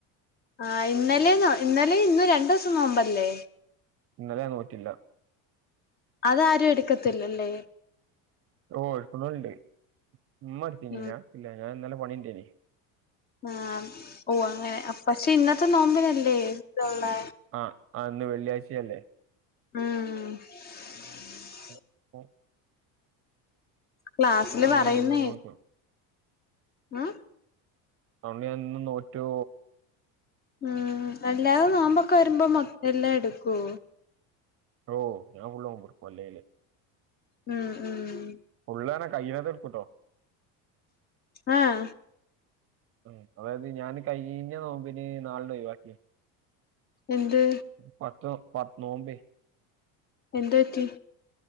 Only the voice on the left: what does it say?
ആ ഇന്നലെ ഇന്നലെ ഇന്നും രണ്ടൂസം നോമ്പല്ലേ
അതാരും എടുക്കത്തില്ലല്ലേ
ഉം
ആ ഓഹ് അങ്ങനെ പക്ഷെ ഇന്നത്തെ നോമ്പിനല്ലേ ഇതുള്ളെ
ഉം
ക്ലാസ്സില്
പറയുന്നേ
ആഹ്
ഉം അല്ലാതെ നോമ്പൊക്കെ വര്മ്പോ മൊ എല്ലാ എടുക്കൊ
ഉം ഉം
ആഹ്
എന്ത്
എന്തുപറ്റി